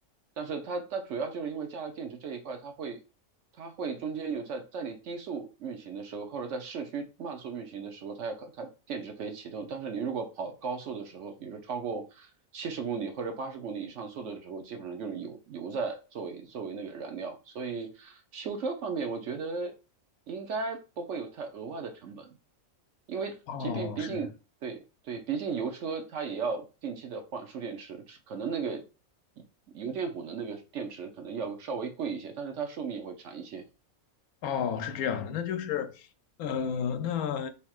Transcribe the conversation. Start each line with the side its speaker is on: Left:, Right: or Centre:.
Right: 但是它它主要就是因为加了电池这一块，它会它会中间有在在你低速运行的时候，或者在市区慢速运行的时候，它要可它电池可以启动。但是你如果跑高速的时候，比如说超过七十公里或者八十公里以上速度的时候，基本上就是油油在作为作为那个燃料。所以修车方面，我觉得应该不会有太额外的成本，因为即便毕竟对对，
Left: 糟的？哦，是。
Right: 毕竟油车它也要定期的换蓄电池，可能那个油电混的那个电池可能要稍微贵一些，但是它寿命也会长一些。
Left: 哦，是这样的，那就是，呃，那